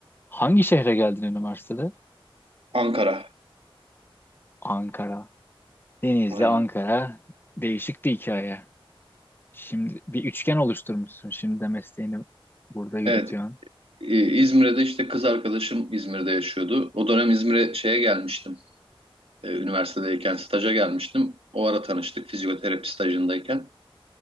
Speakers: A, on the left; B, on the right.
A: Hangi şehre geldin üniversitede?
B: Ankara.
A: Ankara. Denizli,
B: Aynen.
A: Ankara. Değişik bir hikaye. Şimdi bir üçgen oluşturmuşsun. Şimdi de mesleğini burada yürütüyorsun.
B: Evet. e, İzmir'de işte kız arkadaşım İzmir'de yaşıyordu. O dönem İzmir'e şeye gelmiştim. E, Üniversitedeyken staja gelmiştim. O ara tanıştık fizyoterapi stajındayken.